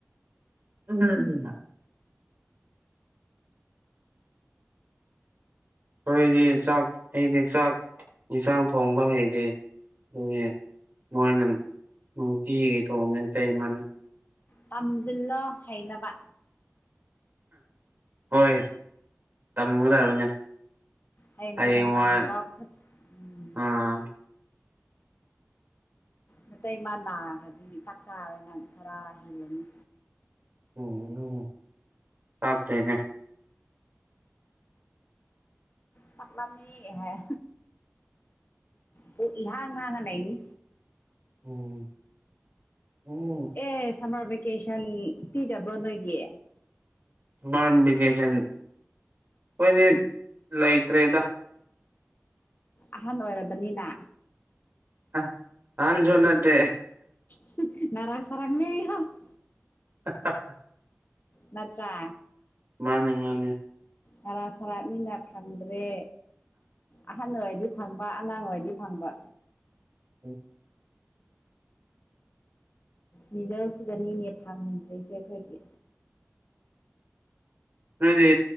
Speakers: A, on the right; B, on the left.
A: <unintelligible> ꯑꯩꯈꯣꯏꯗꯤ ꯆꯥꯛ ꯑꯩꯗꯤ ꯆꯥꯛ ꯌꯦꯟꯁꯥꯡ ꯊꯣꯡꯕ ꯍꯩꯗꯦ ꯑꯗꯨꯅꯦ ꯃꯣꯏꯅ ꯅꯨꯡꯇꯤꯒꯤ ꯊꯣꯡꯉꯦ ꯏꯇꯩꯃꯅ
B: ꯇꯝꯖꯤꯜꯂꯣ ꯍꯩꯅꯕ
A: ꯍꯣꯏ ꯇꯝꯒꯗꯕꯅꯦ
B: ꯍꯌꯦꯡ
A: ꯍꯩꯌꯦꯡꯋꯥꯏ
B: ꯑꯩꯈꯣꯏꯅ ꯅꯥꯕ ꯈꯣꯠ ꯎꯝ
A: ꯑꯥ
B: ꯅꯇꯩꯃꯥ ꯅꯥꯈ꯭ꯔꯗꯤ ꯆꯥꯛ ꯆꯥꯔꯔꯣꯏ ꯅꯪ ꯆꯔꯥ ꯍꯦꯜꯂꯅꯤ
A: ꯎꯝ ꯑꯗꯨꯕꯨ ꯇꯥꯛꯇ꯭ꯔꯦꯅꯦ
B: ꯆꯥꯛ ꯂꯥꯝꯃꯦ ꯍꯥꯏꯌꯣ ꯄꯨꯛ ꯏꯍꯥꯡ ꯍꯥꯡꯉ ꯂꯩꯅꯤ
A: ꯑꯣ ꯑꯣ
B: ꯑꯦ ꯁꯝꯃꯔ ꯚꯦꯀꯦꯁꯟ ꯄꯤꯗꯕ꯭ꯔꯣ ꯅꯣꯏꯒꯤ
A: ꯃꯔꯝ ꯕꯤꯀꯦꯁꯟ ꯑꯩꯈꯣꯏꯗꯤ ꯂꯩꯇ꯭ꯔꯦꯗ
B: ꯑꯍꯟ ꯑꯣꯏꯔꯕꯅꯤꯅ
A: ꯑꯦ ꯑꯍꯟꯁꯨ ꯅꯠꯇꯦ
B: <unintelligible>
A: <unintelligible>
B: ꯅꯠꯇ꯭ꯔ
A: ꯃꯥꯅꯦ ꯃꯥꯅꯦ
B: ꯍꯔꯥ ꯁꯔꯥꯛꯅꯤꯅ ꯐꯪꯗ꯭ꯔꯦ ꯑꯍꯟ ꯑꯣꯏꯗꯤ ꯐꯪꯕ ꯑꯉꯥꯡ ꯑꯣꯏꯔꯗꯤ ꯐꯪꯕ
A: ꯎꯝ
B: ꯃꯤꯗꯜꯁꯤꯗꯅꯤꯅꯦ ꯐꯪꯗ꯭ꯔꯤꯁꯦ ꯑꯩꯈꯣꯏꯒꯤ
A: ꯅꯣꯏꯗꯤ